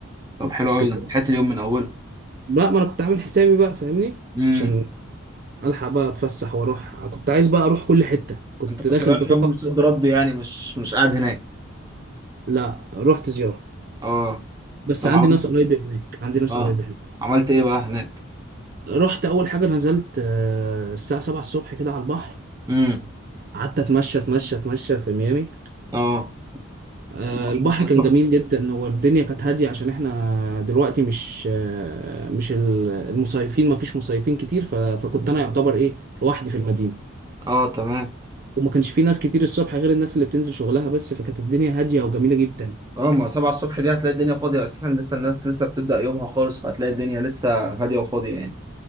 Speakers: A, on the right; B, on the right.
A: طب حلو
B: كنت في اسكندريه
A: قوي ده انت لحقت اليوم من اوله
B: لا ما انا كنت عامل حسابي بقى فاهمني
A: امم
B: عشان الحق بقى اتفسح واروح كنت عايز بقى اروح كل حته كنت
A: انت كنت
B: داخل
A: رايح
B: بطاقه
A: يوم صد رد يعني مش مش قاعد هناك
B: لا رحت زياره
A: اه
B: بس
A: طب
B: عندي
A: عملت
B: ناس قريبة هناك عندي ناس
A: اه
B: قريبة هناك
A: عملت ايه بقى هناك
B: رحت أول حاجة نزلت آه، الساعة 7 الصبح كده على البحر
A: امم
B: قعدت أتمشى أتمشى أتمشى في ميامي
A: اه
B: آه،
A: البحر
B: البحر
A: هناك
B: كان
A: تحفه
B: جميل جدا هو الدنيا كانت هادية عشان احنا دلوقتي مش آه، مش ال- المصيفين مفيش مصيفين كتير ف- فكنت أنا يعتبر إيه لوحدي في المدينة
A: اه تمام
B: وما كانش في ناس كتير الصبح غير الناس اللي بتنزل شغلها بس فكانت الدنيا هادية وجميلة جدا
A: اه ما سبعة الصبح دي هتلاقي الدنيا فاضية أساسا لسه الناس لسه بتبدأ يومها خالص فهتلاقي الدنيا لسه هادية وفاضية يعني